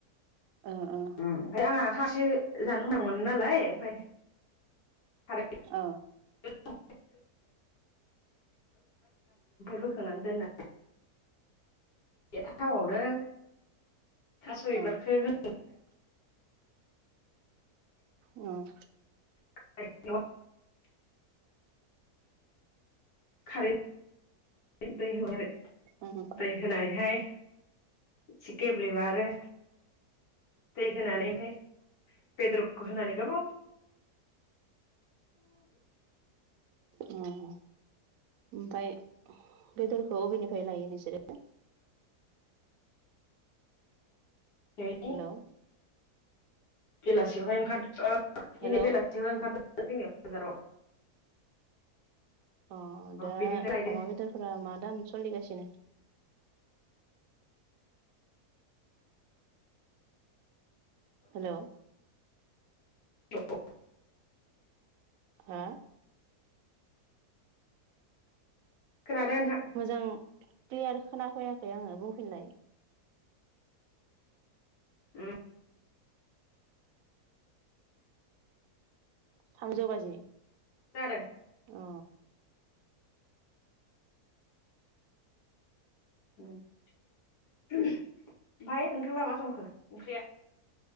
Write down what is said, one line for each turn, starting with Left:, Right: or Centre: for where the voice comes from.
Right: ओ ओ
Left: ओमफ्राय आंहा खासे जानो मोजां मोनो नालाय ओमफ्राय खारै
Right: औ।
Left: <unintelligible> बोखांनानै दोनना एथ थावावनो थास' बिबारखो
Right: ओ
Left: हो
Right: उम
Left: <inaudible> खारै दै हो- आरो
Right: उम
Left: दै होनानैहाय एसे गेब्लेबा आरो दै होनानै ओमफाय बेदरखौ होनानै गोबाव
Right: उम ओमफाय बेदरखौ अबेनिफ्राय लायो नोंसोरो?
Left: <inaudible>
Right: हेल'।
Left: बेलासियावहाय ओंखारदो दिनै
Right: हेलौ
Left: बेलासि ओंखारदों जोंनि बाजाराव।
Right: अ दा
Left: बिनिफ्राय लायदो
Right: अमा बेदरफोरा मा दाम सोलिगासिनो हेल'
Left: <inaudible>
Right: हा
Left: खोनादों नोंथां।
Right: मोजां क्लियार खोनाफैयाखै आङो बुंफिनलाय
Left: ओ
Right: थामजौ बाजि
Left: जादों
Right: अ।
Left: ओमफाय नोंथां लाहा मा संखो ओंख्रिया?